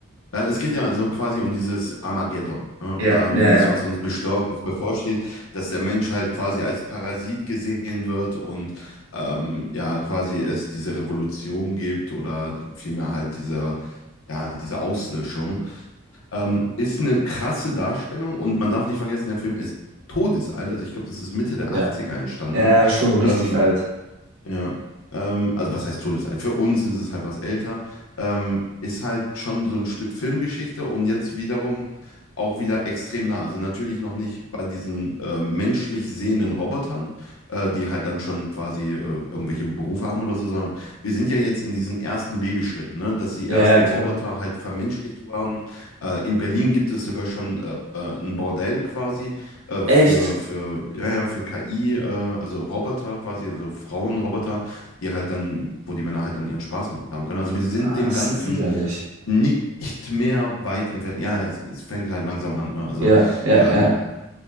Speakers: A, on the left; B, on the right.
A: Ja, Es geht ja so quasi um dieses Armageddon, ne?
B: Ja,
A: Ähm,
B: ja,
A: das,
B: ja.
A: was uns bestor- bevorsteht, dass der Mensch halt quasi als Parasit gesehen wird und ähm, ja, quasi es diese Revolution gibt oder vielmehr halt diese, ja, diese Auslöschung. Ähm, ist eine krasse Darstellung und man darf nicht vergessen, der Film ist todesalt, also ich glaube, das ist Mitte der
B: Ja.
A: Achtziger entstanden.
B: Ja, schon richtig
A: Ähm,
B: alt.
A: ja, ähm, also was heißt Todesalt? Für uns ist es halt was älter. Ähm, ist halt schon so ein Stück Filmgeschichte und jetzt wiederum auch wieder extrem nah. Also natürlich noch nicht bei diesen äh, menschlich sehenden Robotern, äh, die halt dann schon quasi äh, irgendwelche Berufe haben oder so, sondern wir sind ja jetzt in diesen ersten Babyschritten, ne? Dass die
B: Ja,
A: ersten
B: ja, klar.
A: Roboter halt vermenschlicht waren. Äh, in Berlin gibt es sogar schon äh, äh, ein Bordell quasi, äh,
B: Echt?
A: für, für, ja, ja, für KI, äh, also Roboter quasi, also Frauenroboter, die halt dann, wo die Männer halt dann ihren Spaß mit haben können. Also wir sind
B: Ah,
A: dem
B: ist
A: Ganzen
B: ja widerlich.
A: nicht mehr weit entfernt. Ja, es, es fängt halt langsam an, ne? Also,
B: Ja, ja,
A: ähm,
B: ja.